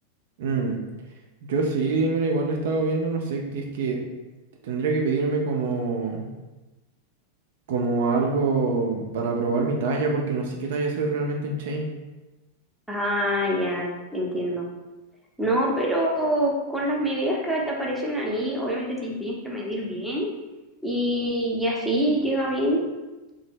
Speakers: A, on the right; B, in the centre.
A: mm. Yo sí, mira, igual lo he estado viendo, no sé, que es que tendría que pedirme como... como algo para probar mi talla, porque no sé qué talla soy realmente en Chain,
B: Ah, ya entiendo. No, pero con las medidas que te aparecen ahí, obviamente te tienes que medir bien y, y así llega bien.